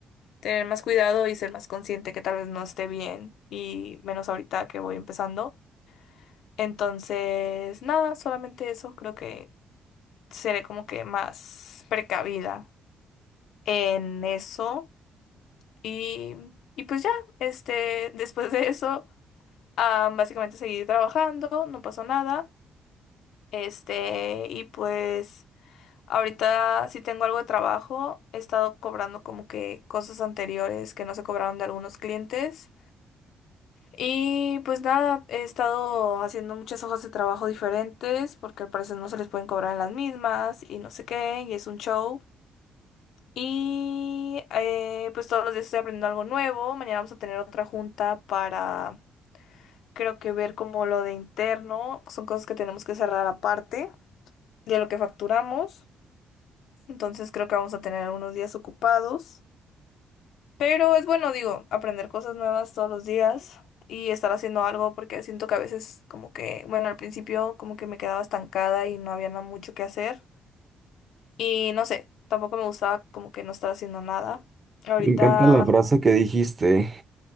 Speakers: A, on the left (about 80°); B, on the right (about 35°).
A: tener más cuidado y ser más consciente que tal vez no esté bien y menos ahorita que voy empezando. Entonces, nada, solamente eso, creo que seré como que más precavida en eso. Y, y pues ya, este, después de eso, ah, básicamente seguí trabajando, no pasó nada. Este, y pues ahorita sí tengo algo de trabajo, he estado cobrando como que cosas anteriores que no se cobraron de algunos clientes. Y pues nada, he estado haciendo muchas hojas de trabajo diferentes porque al parecer no se les pueden cobrar en las mismas y no sé qué, y es un show. Y eh, pues todos los días estoy aprendiendo algo nuevo. Mañana vamos a tener otra junta para, creo que ver como lo de interno. Son cosas que tenemos que cerrar aparte de lo que facturamos. Entonces creo que vamos a tener algunos días ocupados. Pero es bueno, digo, aprender cosas nuevas todos los días y estar haciendo algo porque siento que a veces como que, bueno, al principio como que me quedaba estancada y no había nada mucho que hacer. Y no sé, tampoco me gustaba como que no estar haciendo nada. Ahorita,
B: Me encanta la frase que dijiste,